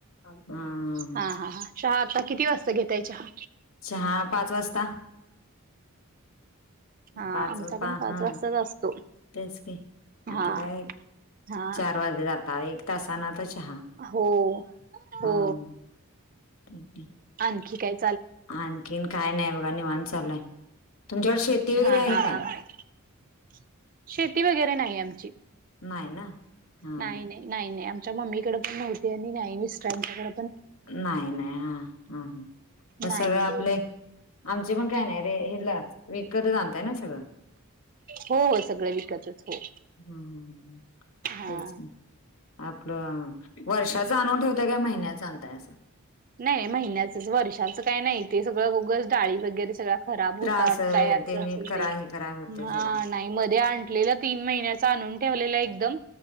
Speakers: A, on the left; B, on the right.
A: हा हं!
B: हा हा हा चहा आता किती वाजता घेताय चहा!
A: चहा पाच वाजता!
B: हा
A: पाच
B: आमचा
A: पा
B: पण पाच
A: हा
B: वाजताच असतो
A: तेच की आता
B: हा
A: काय!
B: हा
A: चार वाजलेत आता एक तासाना तर चहा
B: हो हो
A: हम! ह <unintelligible> <inaudible>
B: आणखी काही!
A: आणखीन काय नाही बघा निवांत चालु आहे. तुमच्याकडे शेती वगैरे
B: हा
A: आहे
B: हा
A: काय
B: हा <unintelligible> शेती वगैरे नाही आमची!
A: नाही ना! हा
B: नाही ना नाही नाही आमच्या मम्मीकडे पण नव्हती, आणि नाही मिस्टरांच्याकड
A: नाही नाही हा हा ह
B: नाही
A: सगळं
B: नाही
A: आपल! आमची पण काय नाही रे हेल विकत आणताय ना सगळं!
B: हो हो सगळं विकतच हो!
A: हम् हम ह ह!
B: हा
A: तेच आपलं वर्षाच आणून ठेवताय का महिन्याच आणताय असं!
B: नाही महिन्याचंच वर्षाचं काही नाही ते सगळं उगच डाळी वगैरे सगळं! खराब होता.
A: त्रास
B: त
A: व्हय
B: काय अस अस
A: नीट करा
B: ते
A: हे करा होतय
B: हा
A: सोडा
B: नाही मध्ये आणलेलं! तीन महिन्याचा आणून ठेवलेला एकदम